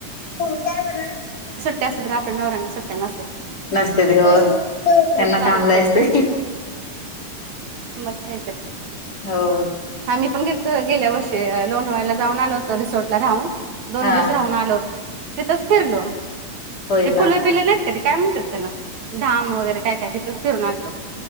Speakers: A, on the left (about 30°); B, on the right (about 60°).
A: हो <unintelligible> काय बर
B: त्यासध आपल्या नवऱ्यांना सुट्ट्या नसतात
A: नसते ते हो त्यांना
B: तेच चालू
A: कामलाय
B: आहे सगळे.
A: असते
B: मग काय तर.
A: हो,
B: आम्ही पण गेल्तो गेल्या वर्षी लोणावळ्याला जाऊन आलो होतो रिसोर्ट ला राहून. दोन
A: हा
B: दिवस राहून आलो तिथंच फिरलो.
A: होय
B: ते
A: का
B: फुलं बिलं नाहीत का ते काय म्हणतात त्याला धाम वगैरे काय काय तिथ फिरून आलतो.